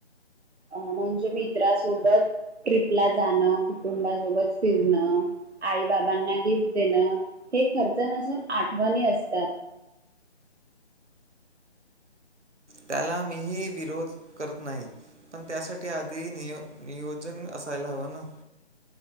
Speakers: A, on the right; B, on the right.
A: अ म्हणजे मित्रासोबत ट्रिपला जाणं. कुटुंबासोबत फिरणं. आई बाबांना गिफ्ट देणं हे खर्च नसून आठवणी असतात. <inaudible>
B: त्याला मीही विरोध करत नाही पण त्यासाठी नियो -नियोजन असायला हवं ना.